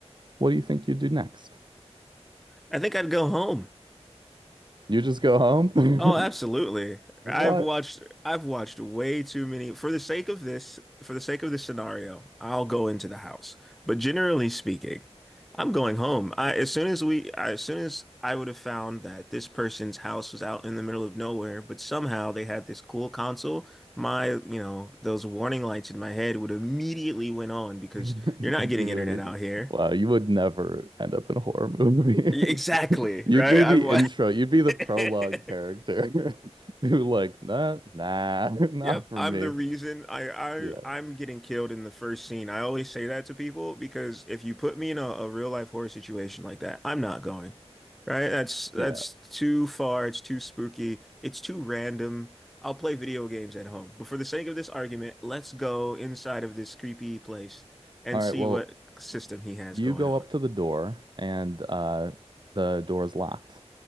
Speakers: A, on the right (about 45°); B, in the centre.
A: What do you think you do next?
B: I think I'd go home.
A: You just go home? <laughs>
B: Oh, absolutely.
A: What?
B: I've watched I've watched way too many for the sake of this, for the sake of this scenario, I'll go into the house. But generally speaking, I'm going home. I as soon as we as soon as I would have found that this person's house was out in the middle of nowhere, but somehow they had this cool console, my, you know, those warning lights in my head would immediately went on because
A: <laughs>
B: you're not
A: Immediately.
B: getting internet out here.
A: Wow, you would never end up in a horror movie.
B: E, Exactly,
A: <laughs> You'd
B: right?
A: be
B: I've
A: the
B: watched
A: intro, you'd be the
B: <laughs>
A: prologue character <laughs> who like, nah, nah, <laughs> not
B: Yep,
A: for
B: I'm
A: me.
B: the reason I, I
A: Yeah.
B: I'm getting killed in the first scene. I always say that to people because if you put me in a, a real life horror situation like that, I'm not going. Right? That's that's
A: Yeah.
B: too far, it's too spooky, it's too random. I'll play video games at home. But for the sake of this argument, let's go inside of this creepy place and
A: All
B: see
A: right, well,
B: what system he has
A: you
B: going
A: go
B: on.
A: up to the door and uh the door is locked.